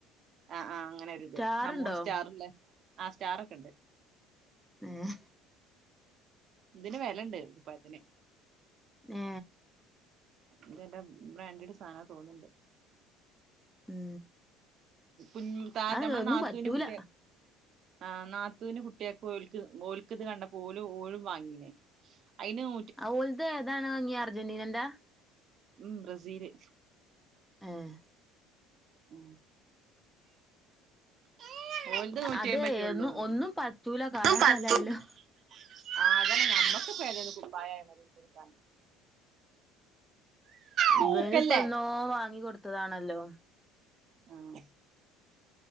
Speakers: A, on the right (about 50°); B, in the centre.
A: ആ ആഹ് ആ അങ്ങനൊര്ത്
B: സ്റ്റാറുണ്ടോ
A: മൂന്ന് സ്റ്റാറല്ലേ ആ സ്റ്റാറ ഒക്കെ ഉണ്ട്
B: ആഹ
A: ഇതിന് വിലുണ്ട് ഇപ്പത്തിന്
B: ഏ
A: ഇത എന്റെ ബ്രാൻഡഡ് സാധന തോന്നുന്നുണ്ട്
B: ഉം
A: ഉം ത്താ
B: അത്
A: നമ്മളെ
B: ഒന്നും
A: നാത്തുൻ്റെ
B: പറ്റൂല
A: കുട്ടിയാ ആ നാത്തുവിന്റെ കുട്ടിയൊക്കെ ഓ ഓൽക്കത് കണ്ട പോലും ഓഴും വാങ്ങീനേ അയിന് ന
B: ആ ഓൽത് ഏതാണ് നങ്ങിയ അർജന്റീനന്റെ
A: ഉം ബ്രസീല്
B: ആഹ
A: ഉം <unintelligible> ഓല്ത് നൂറ്റി
B: അത്
A: അയമ്പറ്റേള്ളൂ
B: ഒന്നും ഒന്നും പറ്റൂല
A: <unintelligible>
B: കാലാകാലായാലും
A: ആഹ്, അതന്നെ നമ്മക്കിപ്പോ ഏതേലും കുപ്പായായാ മതി ഇട്ടൊടുക്കാൻ പൂക്കല്ലേ
B: ഇവനിപ്പന്നോ വാങ്ങി കൊടുത്തതാണല്ലോ
A: ആഹ്